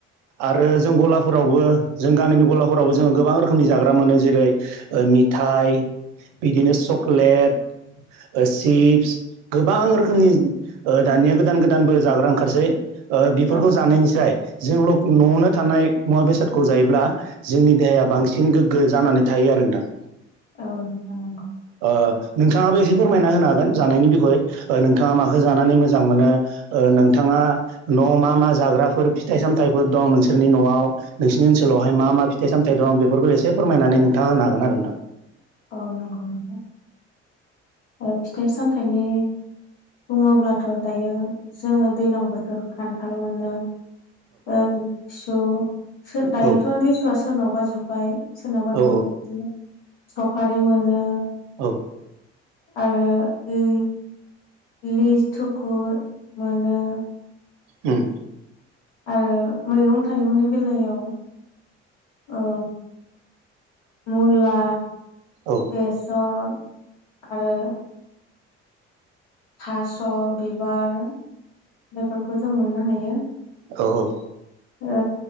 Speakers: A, on the right; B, on the left.
A: आरो जों गलाफोरावबो जों गामिनि गलाफोरावबो जोङो गोबां रोखोमनि जाग्रा मोनो जेरै मिथाय बिदिनो चक्लेट ओ सिप्स गोबां रोखोमनि ओ दानिया -गोदान गोदानबो जाग्रा ओंखारसै। ओ। बेफोरखौ
B: औ
A: जानायनिफ्रायाय जों लक न'आवनो थानाय मुवा बेसादखौ जायोब्ला जोंनि देहाया बांसिन गोग्गो जानानै थायो आरो नोंथां।
B: औ जानांगौ।
A: ओ नोंथाङाबो एसे फोरमायना होनो हागोन जानायनि बिखय ओ नोंथाङा माखौ जानानै मोजां मोनो ओ नोंथाङा न'आव मा मा जाग्राफोर फिथाइ सामथायफोर दं नोंसोरनि न'आव नोंसोरनि ओनसोलावहाय मा मा फिथाइ साम सामथाय दं बेफोरखौ एसे फोरमायनानै नोंथाङा होनो हागोन आरो नोंथां।
B: औ नंगौ -नंगौ ओ फिथाइ -सामथाइनि बुङोब्लाथ' दायो जोङो दैलां बोथोर खान्थाल मोनो ओ लिसु दायोथ'
A: औ
B: लिसुआ सोरनावबा जोब्बाय। सोरनावबा
A: औ
B: दं इदिनो सफारि मोनो
A: औ
B: आरो इ लिथुखो मोनो।
A: उम
B: आरो मैगं थाइगंनि बेलायाव ओ मुला
A: औ
B: बेसर आरो थास' बिबार बेफोरखौ जों मोननो हायो।
A: औ -औ
B: ओ